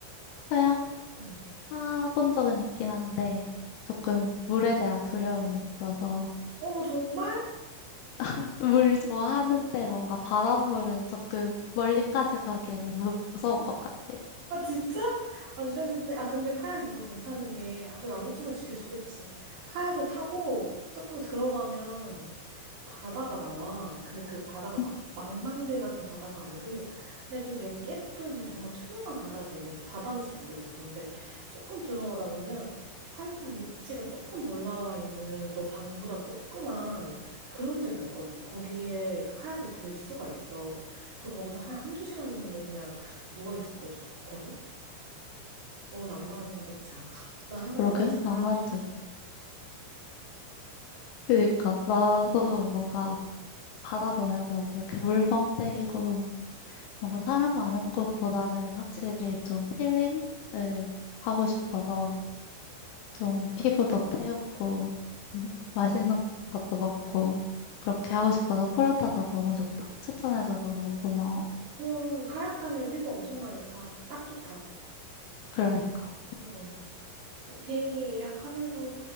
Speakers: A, on the left; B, on the right.
A: 하약
B: 응.
A: 타본 적은 있긴 한데 조금 물에 대한 두려움이 있어서
B: 어머, 정말?
A: <laughs> 물 좋아하는데 뭔가 바닷물은 조금 멀리까지 가기에는 무서운 것 같아.
B: 아, 진짜? 안 되는데. 아, 근데 카약 이거 괜찮은 게, 아, 또 남자친구가 지켜주겠지. 카약을 타고 조금 들어가면 바다가 나와. 근데 그 바다가 막
A: 음,
B: 망망대 같은 바다가 아니고, 그냥 좀 되게 예쁜, 그냥 정말 투명한 바다에서 얘기하지. 바다인지도 모르겠어. 근데 조금 들어가다 보면 살짝 육지가 조금 올라와 있는 너 방보다 조그만 그런 데가 있거든? 거기에 그 카약을 댈 수가 있어. 그리고 거기서 한 한두 시간 정도 그냥 누워있어도 좋거든? 너무 낭만적이지 않아? <laughs> 나 항상
A: 그러게,
B: 남자친구랑
A: 낭만적이다.
B: 하고 싶어.
A: 그니까 나도 뭔가 바다 보면서 이렇게 물멍 때리고 뭔가 사람 많은 곳보다는 확실히 좀 힐링을 하고 싶어서 좀 피부도 태우고 맛있는 것도 먹고 그렇게 하고 싶어서 코란 따서 너무 좋다. 추천해줘서 너무 고마워.
B: 그럼 카약 타면 피부 엄청 많이 타. 딱 좋다.
A: 그러니까.
B: 응. 비행기 예약하면서